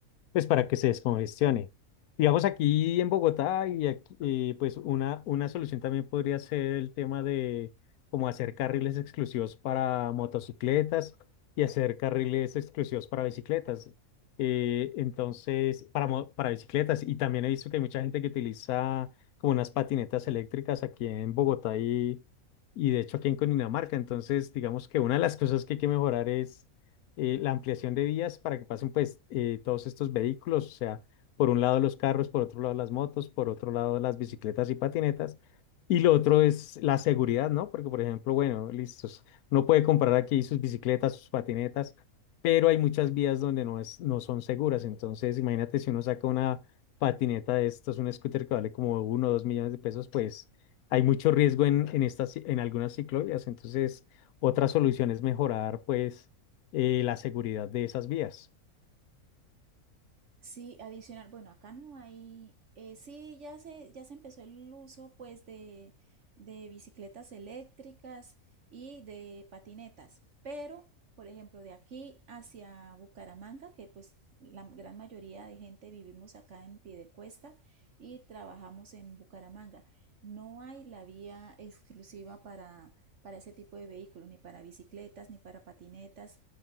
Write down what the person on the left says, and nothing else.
pues para que se descongestione. Digamos aquí en Bogotá y aquí, eh, pues una, una solución también podría ser el tema de como hacer carriles exclusivos para motocicletas y hacer carriles exclusivos para bicicletas. Eh, entonces, para, mo- para bicicletas. Y también he visto que hay mucha gente que utiliza como unas patinetas eléctricas aquí en Bogotá y, y de hecho aquí en Cundinamarca. Entonces, digamos que una de las cosas que hay que mejorar eh, la ampliación de vías para que pasen pues eh, todos estos vehículos, o sea, por un lado los carros, por otro lado las motos, por otro lado las bicicletas y patinetas, y lo otro es la seguridad, ¿no? Porque por ejemplo, bueno, listos, uno puede comprar aquí sus bicicletas, sus patinetas, pero hay muchas vías donde no es, no son seguras, entonces imagínate si uno saca una patineta de estos, un scooter que vale como uno o dos millones de pesos, pues hay mucho riesgo en, en estas, ci- en algunas ciclovías, entonces otra solución es mejorar, pues, eh, la seguridad de esas vías.